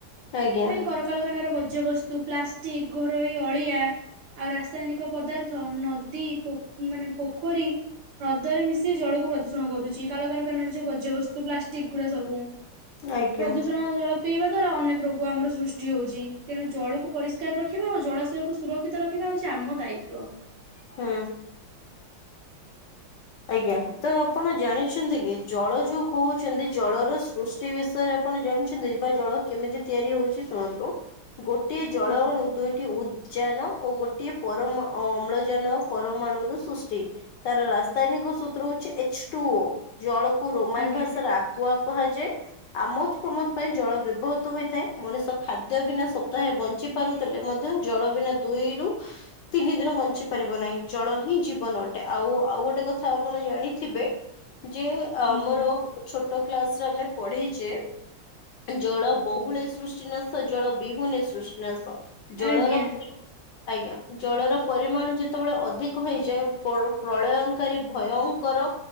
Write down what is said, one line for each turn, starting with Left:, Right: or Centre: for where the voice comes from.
Left: ଆଜ୍ଞା ଆଜ୍ଞା
Right: ଏଇ କଳକାରଖାନାର ବଜ୍ୟବସ୍ତୁ ପ୍ଲାଷ୍ଟିକ ଘରୋଇ ଅଳିଆ ଆଉ ରାସାୟନିକ ପଦାର୍ଥ ନଦୀ ପୋ ମାନେ ପୋଖରୀ ହ୍ରଦରେ ମିଶି ଜଳକୁ ପ୍ରଦୂଷଣ କରୁଚି କଳକାରଖାନାର ଯୋଉ ବଜ୍ୟବସ୍ତୁ ପ୍ଲାଷ୍ଟିକ ଗୁଡା ସବୁ
Left: ଆଜ୍ଞା
Right: ପ୍ରଦୂଷଣ ଜଳ ପିଇବା ଦ୍ବାରା ଅନେକ ରୋଗ ଆମର ସୃଷ୍ଟି ହଉଚି ତେଣୁ ଜଳକୁ ପରିଷ୍କାର ରଖିବା ଆଉ ଜଳାଶୟକୁ ସୁରକ୍ଷିତ ରଖିବା ହୋଉଚି ଆମ ଦାୟିତ୍ଵ।
Left: ହୁଁ। ଆଜ୍ଞା ତ ଆପଣ ଜାଣିଛନ୍ତି କି? ଜଳ ଯୋଉ କହୁଚନ୍ତି ଜଳର ସୃଷ୍ଟି ବିଷୟରେ ଆପଣ ଜାଣିଛନ୍ତି, ବା ଜଳ କେମିତି ତିଆରି ହଉଚି ଶୁଣନ୍ତୁ ଗୋଟିଏ ଜଳ
Right: ହଁ
Left: ଅଣୁ ଦୁଇଟି ଉଦ୍ ଯାନ ଓ ଗୋଟିଏ ପରମ ଅମ୍ଳଜାନ ପରମାଣୁ ର ସୃଷ୍ଟି ତାର ରାସ୍ତା ରାସାୟନିକ ସୂତ୍ର ହଉଛି, ଏଚ ଟୁ ଓ ଜଳକୁ ରୋମାନ
Right: ଆଜ୍ଞା
Left: ଭାଷାରେ ଆକ୍ଵା କୁହାଯାଏ ଆମୋଦ ପ୍ରମୋଦ ପାଇଁ ଜଳ ବ୍ୟବହୃତ ହୋଇଥାଏ। ମଣିଷ ଖାଦ୍ୟ ବିନା ସପ୍ତାହେ ବଞ୍ଚି ପାରୁଥିଲେ ମଧ୍ୟ ଜଳ ବିନା ଦୁଇରୁୁ ତିନି ଦିନ ବଞ୍ଚି ପାରିବ ନାହିଁ। ଜଳ ହିଁ ଜୀବନ ଅ ଆଉ ଆଉ ଗୋଟେ କଥା ଆପଣ ଜାଣିଥିବେ, ଯେ ଆମର
Right: ଆଜ୍ଞା
Left: ଛୋ ଛୋଟ କ୍ଲାସ ରେ ଆମେ ପଢିଚେ ଜଳ ବହୁଳେ ସୃଷ୍ଟିନାଶ ଜଳ ବିହୁନେ ସୃଷ୍ଟିନାଶ ଜଳର
Right: ଆଜ୍ଞା
Left: ପରି ଆଜ୍ଞା ଜଳର ପରିମାଣ ଯେତେବେଳେ ଅଧିକ ହେଇଯାଏ, ପଳ ପ୍ରଳୟ ଭୟଙ୍କର